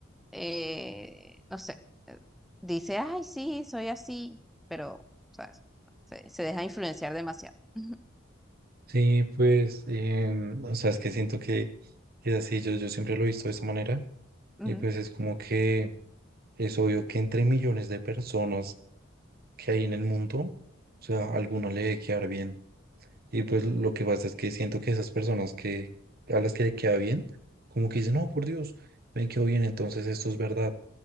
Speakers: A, in the centre; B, on the right (about 50°).
A: eh, no sé, eh, dice, ay, sí, soy así, pero, sabes se, se deja influenciar demasiado. <laughs>
B: Sí, pues, em, o sea, es que siento que, que es así, yo, yo siempre lo he visto de esa manera
A: Ujú.
B: y pues es como que es obvio que entre millones de personas que hay en el mundo, o sea, alguno le debe quedar bien. Y pues lo que pasa es que siento que esas personas que a las que le queda bien, como que dicen, no, por Dios, me quedó bien, entonces esto es verdad.